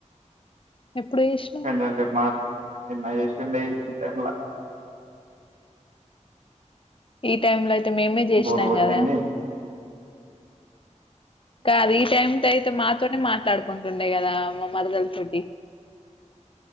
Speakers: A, on the left; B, on the right.
A: ఎప్పుడు ఏషినావ్
B: కొంచెంసేపు మా నిన్న ఏషిండే టైం ల
A: ఈ టైం లో అయితే మేమే చేసినాం
B: బోరు కొట్టింది
A: గదా ఖాళీ టైం దైతే మాతోనే మాట్లాడుకుంటుండే కదా మా మరదల తోటి